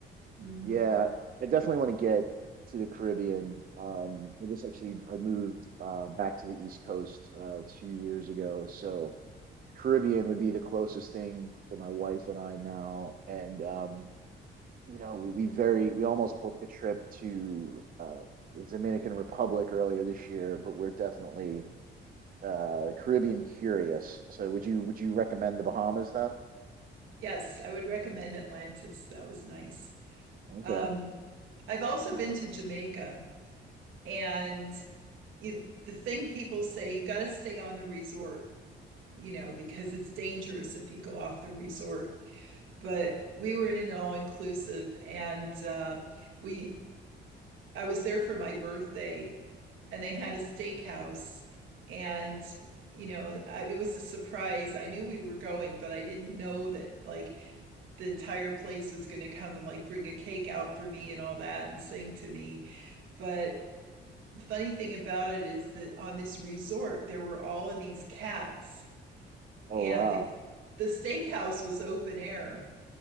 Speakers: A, on the right; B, on the right.
A: hmm
B: Yeah, I definitely want to get to the Caribbean. Um, I just actually I moved uh, back to the East Coast uh, two years ago, so Caribbean would be the closest thing for my wife and I now. And um, you know, we we very we almost booked a trip to uh, the Dominican Republic earlier this year, but we're definitely uh, Caribbean curious. So would you would you recommend the Bahamas then?
A: Yes, I would recommend Atlantis. That was nice.
B: Okay.
A: Um, I've also been to Jamaica, and you, the thing people say you got to stay on the resort, you know, because it's dangerous if you go off the resort but we were in an all inclusive, and um, we I was there for my birthday, and they had a steakhouse, and you know I, it was a surprise. I knew we were going, but I didn't know that like the entire place was going to come and like bring a cake out for me and all that and sing to me. But the funny thing about it is that on this resort there were all of these cats,
B: Oh
A: and
B: wow,
A: the the steakhouse was open air